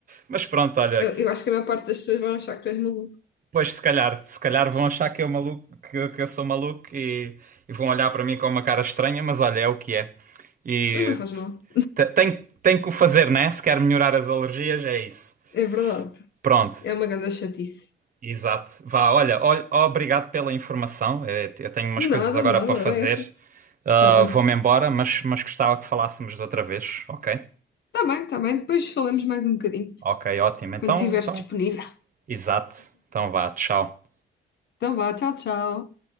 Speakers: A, on the right; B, on the left.
A: Mas pronto, olha,
B: Eu, eu acho que a maior parte das pessoas vão achar que tu és maluco,
A: Pois, se calhar, se calhar vão achar que eu, maluco, que, que eu sou maluco e, e vão olhar para mim com uma cara estranha, mas olha, é o que é. E
B: mas não faz mal,
A: te- tem, tem que o fazer, né? Se quer melhorar as alergias, é isso.
B: é verdade,
A: Pronto,
B: é uma grande chatice.
A: exato. Vá, olha, olha, obrigado pela informação. Eh, Eu tenho umas
B: Nada,
A: coisas agora
B: nada,
A: para fazer.
B: era essa.
A: Ah,
B: Tá bem,
A: vou-me embora, mas, mas gostava que falássemos de outra vez, ok?
B: tá bem, tá bem, depois falamos mais um bocadinho,
A: Ok, ótimo. Então,
B: quando estiveres
A: então,
B: disponível.
A: exato. Então vá, tchau.
B: Então vá, tchau, tchau.